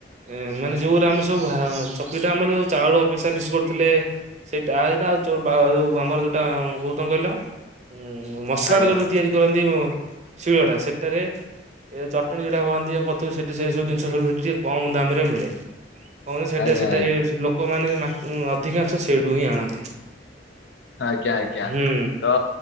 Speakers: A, on the right (about 40°); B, on the left (about 75°).
A: ଏଁ ମାନେ ଯୋଉରା ଆମ ସବୁ ଭା ଚକିଟା ଆମର ଯୋଉ ଚାଉଳ ପେସା ପେଷି କରୁ ଥିଲେ ସେଇଟା <unintelligible> ଆମର ଯୋଉଟା <unintelligible> କହିଲ। ଉଁ ମସଲା
B: ଆଜ୍ଞା
A: ଟା ଯୋଉଟା ତିଆରି କରନ୍ତି ଉଁ ଶିଳୁଆଟା ସେଟାରେ ଏ ଚଟଣି ଯେଉଁଟା କହନ୍ତି ପଥରୁ ସେଠି ସେ ସବୁ ଜିନିଷ ସବୁ ମିଳୁଚି କମ୍ ଦାମରେ ମିଳେ। <unintelligible>
B: ଆଜ୍ଞା ଆଜ୍ଞା
A: ଲୋକମାନେ ମା ଉଁ ଅଧିକାଂଶ ସେଇଠୁ ହିଁ ଆଣନ୍ତି।
B: ଆଜ୍ଞା ଆଜ୍ଞା
A: ହୁଁ
B: ତ